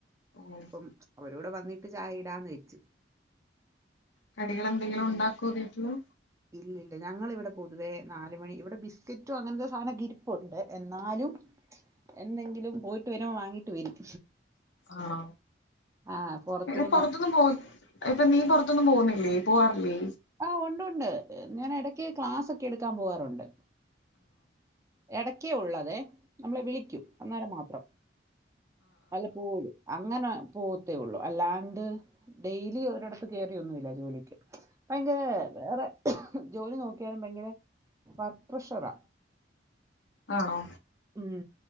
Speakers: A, on the left; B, on the right.
A: <unintelligible>
B: പ്പം അവരോടെവന്നിട്ട് ചായയിടാന്ന് വെച്ചു
A: കടികളന്തെങ്കിലുംണ്ടാക്കോവീട്ട്ല്?
B: ഇല്ലില്ല ഞങ്ങിവിടെപൊതുവേനാലുമണി ഇവിടെബിസ്ക്കറ്റോ അങ്ങൻത്തെ സാധനൊക്കെ ഇരിപ്പുണ്ട് എന്നാലും എന്തെങ്കിലും പോയിട്ട് വരുമ്പോ വാങ്ങീട്ട് വരും
A: ആണോ
B: ആഹ് പൊറത്തൂന്ന്
A: എടെ പുറത്തൊന്നും പോകു ഇപ്പൊ നീപൊറത്തൊന്നും പോകുന്നില്ലേ പോവാറില്ലേ?
B: ആഹ് ഉണ്ട്ഉണ്ട് ഞാൻ എടക്ക് ക്ലാസ്സൊക്കെ എടുക്കാൻപോവാറുണ്ട് എടക്കെഉള്ളതെ നമ്മളെവിളിക്കും അന്നേരംമാത്രം വല്ലപ്പോഴും അങ്ങനെപോത്തേഒള്ളു അല്ലാണ്ട് ഡെയിലിഒരിടത്ത്കേറിയൊന്നുല്ല ജോലിക്ക് ഭയങ്കരവേറെ ജോലിനോക്കിയാലുംഭയങ്കര വർക്ക്പ്രഷറാ
A: ആണോ?
B: ഉം